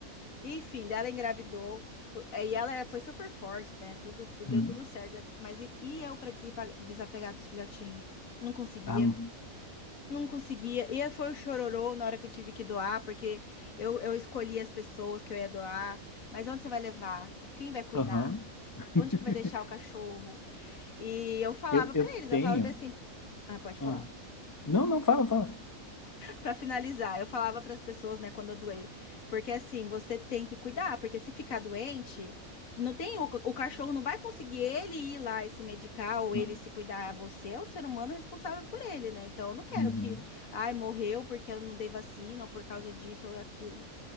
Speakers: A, on the left; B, on the left.
A: enfim, dela engravidou. O- E ela é, foi super forte, né? Tudo, tudo-
B: Hum.
A: deu tudo certo. Mas e, e eu pra desempa- desapegar dos filhotinhos? Não conseguia.
B: Ah, não.
A: Não conseguia. E aí foi o chororô na hora que eu tive que doar, porque eu, eu escolhi as pessoas que eu ia doar. Mas onde você vai levar? Quem vai cuidar?
B: Aham. <laughs>
A: Onde que vai deixar o cachorro? E eu falava
B: Eu, eu
A: pra eles,
B: tenho.
A: eu falava bem assim. Ah, pode
B: Ah,
A: falar.
B: não, não, fala, fala.
A: Pra finalizar, eu falava para as pessoas, né, quando eu doei, porque assim, você tem que cuidar, porque se ficar doente, não tem o, o cachorro não vai conseguir ele ir lá e se medicar ou
B: Não.
A: ele se cuidar, você é o ser humano responsável por ele, né? Então eu não quero
B: Uhum.
A: que, ai, morreu porque eu não dei vacina ou por causa disso ou aquilo.